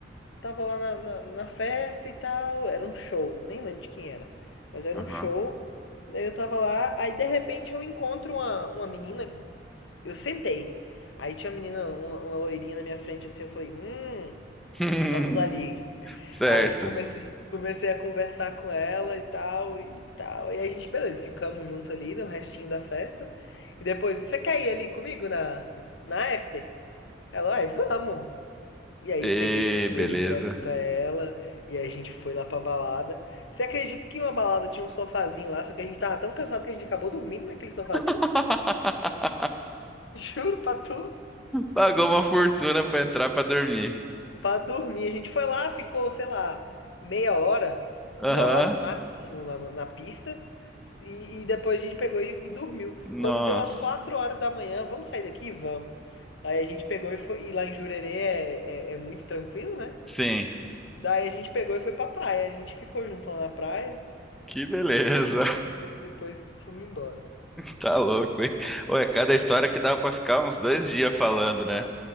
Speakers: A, on the left (about 75°); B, in the centre.
A: Tava lá na, na, na festa e tal, era um show, nem lembro de quem era, mas era
B: aham.
A: um show. Daí eu tava lá, aí de repente eu encontro uma, uma menina, eu sentei. Aí tinha uma menina, uma, uma loirinha na minha frente assim, eu falei, hum,
B: <laughs>
A: vamos ali.
B: Certo.
A: Aí eu comecei, comecei a conversar com ela e tal, e tal. E aí a gente, beleza, ficamos junto ali no restinho da festa. E depois, você quer ir ali comigo na, na after? Ela, ai, vamos. E aí
B: E
A: peguei, comprei
B: beleza.
A: o ingresso pra ela e aí a gente foi lá pra balada. Você acredita que uma balada tinha um sofazinho lá, só que a gente tava tão cansado que a gente acabou dormindo naquele sofazinho?
B: <laughs>
A: <laughs> Juro pra tu,
B: Pagou uma fortuna pra entrar pra dormir.
A: pra dormir. A gente foi lá, ficou, sei lá, meia hora, uma
B: Aham,
A: hora no máximo lá na, na pista e, e depois a gente pegou e, e dormiu.
B: nossa.
A: Quando deu umas quatro horas da manhã, vamos sair daqui? Vamos. Aí a gente pegou e foi, e lá em Jurerê é, é é muito tranquilo, né?
B: Sim,
A: Daí a gente pegou e foi pra praia. A gente ficou junto lá na praia.
B: que beleza.
A: E depois fomos embora.
B: Tá louco, hein? Ou é cada história que dá pra ficar uns dois dias falando, né?